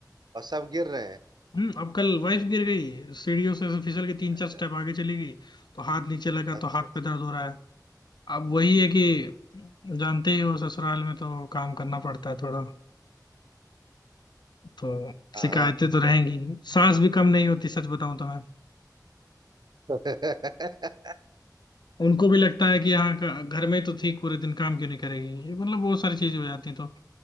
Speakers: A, on the right (about 70°); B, on the left (about 80°).
A: और सब गिर रहे हैं
B: हम्म अब कल वाइफ गिर गई सीढ़ियों से ऐसे फिसल के तीन
A: अच्छा
B: चार स्टेप आगे चली गई तो हाथ नीचे लगा
A: अच्छा
B: तो हाथ
A: अच्छा
B: पे दर्द हो रहा है अब वही है कि जानते ही हो ससुराल में तो काम करना पड़ता है थोड़ा तो
A: हाँ
B: शिकायतें तो रहेंगी सांस भी कम नहीं होती सच बताऊं तो मैं
A: <laughs>
B: उनको भी लगता है कि यहाँ का- घर में तो ठीक पूरे दिन काम क्यों नहीं करेगी ये मतलब बहुत सारी चीजें हो जाती हैं तो